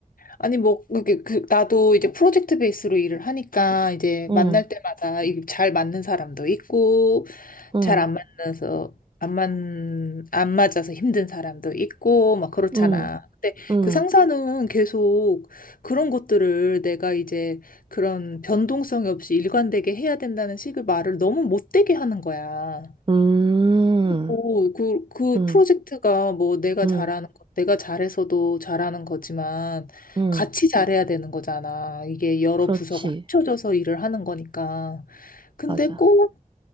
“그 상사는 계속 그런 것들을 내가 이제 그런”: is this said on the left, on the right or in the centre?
Left